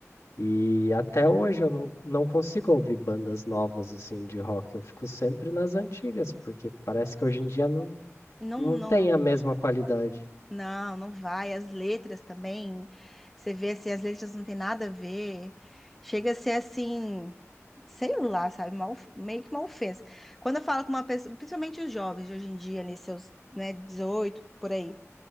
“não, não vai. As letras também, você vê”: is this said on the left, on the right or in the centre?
Centre